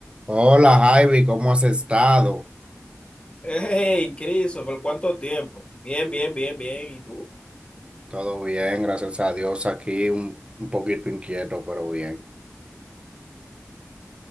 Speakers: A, on the right; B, on the left.
A: Hola Javi, ¿cómo has estado?
B: Hey, Christopher, ¿cuánto tiempo? Bien, bien, bien, bien. ¿Y tú?
A: Todo bien, gracias a Dios. Aquí un, un poquito inquieto, pero bien.